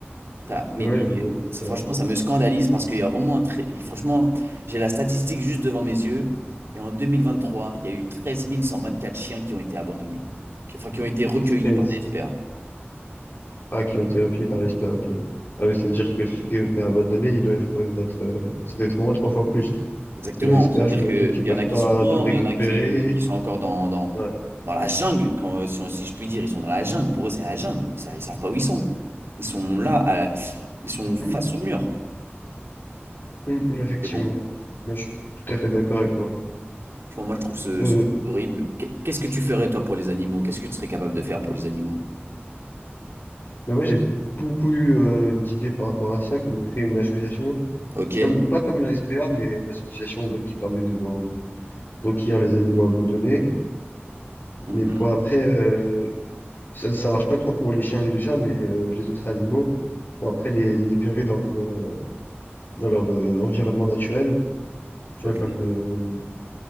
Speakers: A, on the right; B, on the left.
A: T'as- Mais
B: ouais,
A: non,
B: je
A: mais
B: vois.
A: c'est-
B: c'est
A: franchement,
B: vrai.
A: ça me scandalise parce qu'il y a au moins, tre- et franchement, j'ai la statistique juste devant mes yeux. Et en 2023, il y a eu 13 124 chiens qui ont été abandonnés, qui- enfin qui ont été recueillis
B: treize.
A: par la SPA.
B: Ah, qui ont été recueillis par l'espère, ok. Ah oui, ça veut dire que ceux qui ont été abandonnés, ils doivent être, euh, ça doit être au moins trois fois plus
A: Exactement.
B: que la SPA.
A: Ça veut
B: Je
A: dire
B: me
A: qu'il
B: doute qu'ils
A: y
B: peuvent
A: en a qui
B: pas
A: sont morts,
B: tout récupérer.
A: il y en a qui, qui sont encore dans, dans,
B: Ouais,
A: dans la jungle, quand, euh, si, on- si je puis dire. Ils sont dans la jungle. Pour eux, c'est la jungle. Ils, sa- savent pas où ils sont. Ils sont là, à- ils sont face
B: Hum,
A: au mur.
B: hum, hum, effectivement.
A: Mais bon,
B: Moi, je suis tout à fait d'accord avec toi.
A: franchement, moi, je trouve ce,
B: Euh,
A: ce monde horrible. Qu'est- Qu'est-ce que tu ferais, toi, pour les animaux? Qu'est-ce que tu serais capable de faire pour les animaux?
B: bah moi, j'ai beaucoup eu euh, d'idées par rapport à ça, comme créer une association.
A: Ok.
B: comme, pas comme la SPA, mais une association ou l'autre qui permet de euh, recueillir les animaux abandonnés.
A: Mhm.
B: Mais pour après, euh, ça, ça marche pas trop pour les chiens et les chats, mais euh, les autres animaux, pour après les, les libérer dans leur, euh, dans leur euh, environnement naturel, tu
A: Ok.
B: vois, comme, euh,